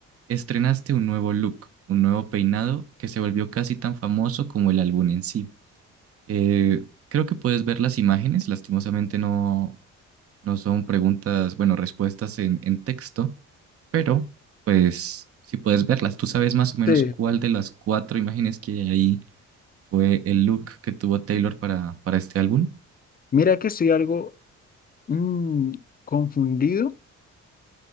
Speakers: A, on the right (about 50°); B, on the left (about 30°).
A: estrenaste un nuevo look, un nuevo peinado que se volvió casi tan famoso como el álbum en sí. Eh, creo que puedes ver las imágenes, lastimosamente no, no son preguntas, bueno, respuestas en, en texto, pero pues si puedes verlas, tú sabes más o menos
B: sí,
A: cuál de las cuatro imágenes que hay ahí fue el look que tuvo Taylor para, para este álbum.
B: Mira que estoy algo mm, confundido,